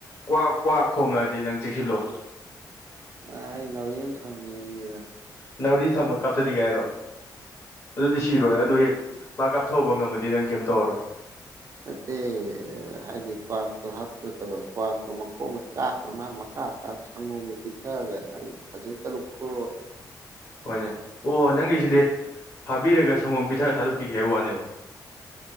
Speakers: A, on the left; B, on the right.
A: ꯀꯋꯥꯛ ꯀ꯭ꯋꯥꯛ ꯈꯣꯡꯉꯛꯑꯗꯤ ꯅꯪ ꯆꯦꯛꯁꯤꯜꯂꯣ
B: ꯑ ꯅꯥꯎꯔꯤ ꯑꯃ ꯊꯝ ꯃꯤꯌꯦ
A: ꯅꯥꯎꯔꯤ ꯊꯝꯃ ꯀꯥꯞꯊꯒꯦ ꯍꯥꯏꯔꯣ ꯑꯗꯨꯗꯤ ꯁꯤꯔꯣꯏ
B: ꯅꯥꯎꯔꯤ
A: ꯑꯗꯨ ꯍꯦꯛ ꯄꯥꯛ ꯀꯥꯞꯊꯣꯛꯕ ꯉꯝꯃꯗꯤ ꯅꯪ ꯀꯩꯝ ꯇꯧꯔꯣꯏ
B: ꯅꯠꯇꯦ ꯍꯥꯏꯗꯤ ꯀ꯭ꯋꯥꯛꯇꯣ ꯍꯥꯠꯇ ꯅꯠꯇꯕ ꯀ꯭ꯋꯥꯛꯇꯣ ꯃꯈꯣꯡꯅ ꯀꯥꯞꯈ꯭ꯔ ꯃꯥ ꯃꯈꯥ ꯁꯡꯒꯣꯝ ꯄꯤꯊꯛꯑꯒ ꯅꯪ ꯐꯖꯅ ꯆꯠꯂꯨꯀꯣ
A: <unintelligible> ꯍꯣꯏꯅꯦ ꯑꯣ ꯅꯪꯒꯤꯁꯤꯗꯤ ꯐꯥꯕꯤꯔꯒ ꯁꯪꯒꯣꯝ ꯄꯤꯊꯛꯑ ꯊꯥꯗꯣꯛꯈꯤꯒꯦ ꯍꯥꯏꯕ ꯋꯥꯅꯦꯕ